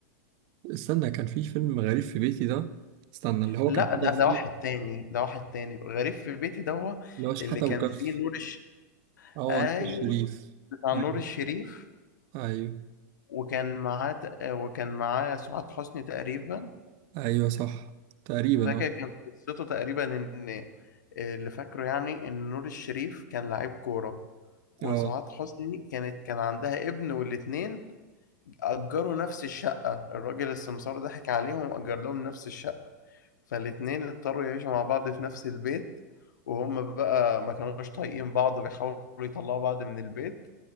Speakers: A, on the right (about 50°); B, on the left (about 80°).
A: استنى كان في فيلم غريب في بيتي ده استنى اللي هو
B: لا
A: كان
B: ده
A: طلع
B: ده
A: فيه
B: واحد تاني ده واحد تاني غريب في بيتي ده هو
A: اللي هو شحاتة
B: اللي كان
A: وكف
B: فيه نور الش...
A: اه
B: ايوه
A: نور الشريف
B: بتاع
A: ايوه
B: نور الشريف
A: ايوه
B: وكان معاه ت- وكان معاه سعاد حسني تقريبا
A: ايوه صح تقريبا
B: فاكر
A: اه
B: كانت قصته تقريبا ان اللي فاكره يعني ان نور الشريف كان لعيب كورة وسعاد
A: اه
B: حسني كانت كان عندها ابن والاتنين أجروا نفس الشقة الراجل السمسار ضحك عليهم وأجر لهم نفس الشقة فالاتنين اضطروا يعيشوا مع بعض في نفس البيت وهم بقى ما كانوش طايقين بعض بيحاولوا يطلعوا بعض من البيت